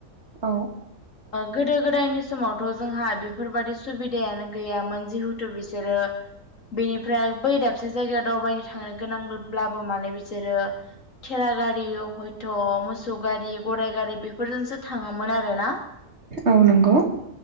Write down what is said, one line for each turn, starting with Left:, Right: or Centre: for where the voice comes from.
Right: औ।
Left: गोदो गोदायनि समावथ' जोंहा बेफोरबायादि सुबिदायानो गैयामोन। जिहेथु बिसोरो बेनिफ्राय बै दाबसे जायगायाव दावबायनो थांनो गोनांब्लाबो माने बिसोरो थेरा गारि हयथ' मोसौ गारि गराइ गारि बेफोरजोंसो थाङोमोन आरोना।
Right: औ नंगौ।